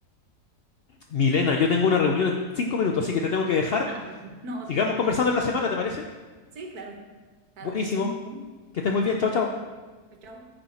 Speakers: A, on the left (about 65°); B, on the right (about 70°).
A: Milena, yo tengo una reunión en cinco minutos, así que te tengo que dejar.
B: Ah, bueno, no,
A: Sigamos
B: tranquilo,
A: conversando
B: gracias.
A: en la semana, ¿te parece?
B: Sí, claro, claro
A: Buenísimo.
B: que estés muy bien.
A: Que estés muy bien.
B: Bueno,
A: Chao, chao.
B: chao.